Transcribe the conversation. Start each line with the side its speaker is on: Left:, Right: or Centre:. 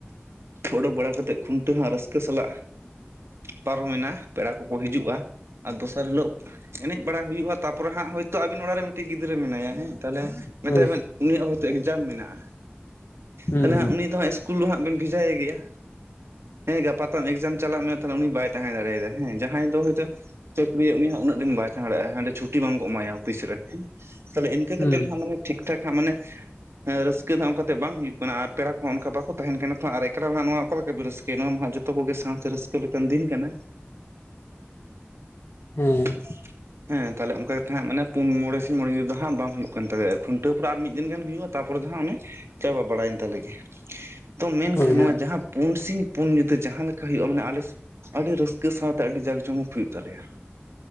Right: ᱚᱰᱚᱠ ᱵᱟᱲᱟ ᱠᱟᱛᱮᱫ ᱠᱷᱩᱱᱴᱟᱹᱣ ᱦᱟᱸᱜ ᱨᱟᱹᱥᱠᱟᱹ ᱥᱟᱞᱟᱜ ᱯᱟᱨᱚᱢᱮᱱᱟ ᱯᱮᱲᱟ ᱠᱚᱠᱚ ᱦᱤᱡᱩᱜ-ᱟ ᱟᱨ ᱫᱚᱥᱟᱨ ᱦᱤᱞᱳᱜ ᱮᱱᱮᱡ ᱵᱟᱲᱟᱭ ᱦᱩᱭᱩᱜ-ᱟ ᱛᱟᱯᱚᱨᱮ ᱦᱟᱸᱜ ᱦᱳᱭᱛᱳ ᱟᱵᱤᱱ ᱚᱲᱟᱜ ᱨᱮ ᱢᱤᱫᱴᱤᱡ ᱜᱤᱫᱽᱨᱟᱹ ᱢᱮᱱᱟᱭᱟ ᱦᱮᱸ ᱛᱟᱦᱚᱞᱮ ᱢᱮᱛᱟᱭ
Left: ᱦᱳᱭ
Right: ᱵᱮᱱ ᱩᱱᱤᱭᱟᱜ ᱦᱳᱭᱛᱳ ᱮᱠᱡᱟᱢ ᱢᱮᱱᱟᱜ-ᱟ
Left: ᱦᱩᱸ
Right: ᱛᱟᱦᱞᱮ ᱦᱟᱸᱜ ᱩᱱᱤ ᱫᱚ ᱦᱟᱸᱜ ᱤᱥᱠᱩᱞ ᱫᱚ ᱦᱟᱸᱜ ᱵᱮᱱ ᱵᱷᱮᱡᱟᱭᱮ ᱜᱮᱭᱟ, ᱦᱮᱸ ᱜᱟᱯᱟᱛᱟᱢ ᱮᱠᱡᱟᱢ ᱪᱟᱞᱟᱜ ᱢᱮ ᱛᱟᱦᱞᱮ ᱩᱱᱤ ᱵᱟᱭ ᱛᱟᱦᱮᱸ ᱫᱟᱲᱮᱭᱴ ᱟᱫᱟᱭ᱾ ᱦᱮᱸ ᱡᱟᱦᱟᱸᱭ ᱫᱚ ᱦᱳᱭᱛᱚ ᱪᱟᱹᱠᱨᱤᱭᱟ ᱩᱱᱤ ᱦᱚᱸ ᱩᱱᱟᱹᱜ ᱫᱤᱱ ᱵᱟᱭ ᱛᱟᱦᱮᱸ ᱫᱟᱲᱮᱭᱟᱜ-ᱟ ᱦᱟᱸᱰᱮ ᱪᱷᱩᱴᱤ ᱵᱟᱝᱠᱚ ᱮᱢᱟᱭᱟ ᱚᱯᱷᱤᱥ ᱨᱮ ᱦᱮᱸ ᱛᱟᱦᱞᱮ ᱤᱱᱠᱟᱹ
Left: ᱦᱩᱸ
Right: ᱠᱟᱛᱮᱫ ᱦᱟᱸᱜ ᱢᱟᱱᱮ ᱴᱷᱤᱠ ᱴᱷᱟᱠ ᱦᱟᱸᱜ ᱢᱟᱱᱮ ᱨᱟᱹᱥᱠᱟᱹ ᱫᱚ ᱦᱟᱸᱜ ᱚᱝᱠᱟ ᱛᱮ ᱵᱟᱝ ᱦᱩᱭᱩᱜ ᱠᱟᱱᱟ ᱟᱨ ᱯᱮᱲᱟ ᱠᱚᱦᱚᱸ ᱚᱱᱠᱟ ᱵᱟᱠᱚ ᱛᱟᱦᱮᱱ ᱠᱟᱱᱟ ᱛᱚ ᱟᱨ ᱮᱠᱞᱟ ᱫᱚ ᱦᱟᱸᱜ ᱱᱚᱣᱟ ᱚᱠᱟ ᱞᱮᱠᱟᱵᱤᱱ ᱨᱟᱹᱥᱠᱟᱹᱭᱟ ᱱᱚᱣᱟ ᱢᱟ ᱦᱟᱸᱜ ᱡᱚᱛ ᱠᱚᱜᱮ ᱥᱟᱶᱛᱮ ᱨᱟᱹᱥᱠᱟᱹ ᱞᱮᱠᱟᱱ ᱫᱤᱱ ᱠᱟᱱᱟ,
Left: ᱦᱮᱸ
Right: <inaudible> ᱦᱮᱸ ᱛᱟᱦᱞᱮ ᱚᱝᱠᱟ ᱠᱟᱛᱮᱜ ᱦᱟᱸᱜ ᱢᱟᱱᱮ ᱯᱩᱱ ᱢᱚᱬᱮ ᱥᱤᱧ ᱢᱚᱬᱮ ᱧᱤᱫᱟ. ᱫᱚ ᱦᱟᱸᱜ ᱵᱟᱝ ᱦᱩᱭᱩᱜ ᱠᱟᱱ ᱛᱟᱞᱮᱭᱟ ᱠᱷᱩᱱᱴᱟᱹᱣ ᱯᱚᱨᱮ ᱟᱨ ᱢᱤᱫ ᱫᱤᱱ ᱜᱟᱱ ᱦᱩᱭᱩᱜ-ᱟ ᱛᱟᱯᱚᱨᱮ ᱫᱚ ᱦᱟᱸᱜ ᱚᱱᱮ ᱪᱟᱵᱟ ᱵᱟᱲᱟᱭᱮᱱ ᱛᱟᱞᱮ ᱜᱮ᱾ ᱛᱚ ᱢᱮᱱᱠᱷᱟᱱ
Left: ᱦᱳᱭ ᱦᱳᱭ
Right: ᱱᱚᱣᱟ ᱡᱟᱦᱟᱸ ᱯᱩᱱ ᱥᱤᱧ ᱯᱩᱱ ᱧᱤᱫᱟᱹ ᱡᱟᱦᱟᱸ ᱞᱮᱠᱟ ᱦᱩᱭᱩᱜ-ᱟ ᱢᱟᱱᱮ ᱟᱞᱮ ᱥᱮ ᱟᱹᱰᱤ ᱨᱟᱹᱥᱠᱟᱹ ᱥᱟᱶ ᱛᱮ ᱟᱹᱰᱤ ᱡᱟᱠ ᱡᱚᱢᱚᱠ ᱦᱩᱭᱩᱜ ᱛᱟᱞᱮᱭᱟ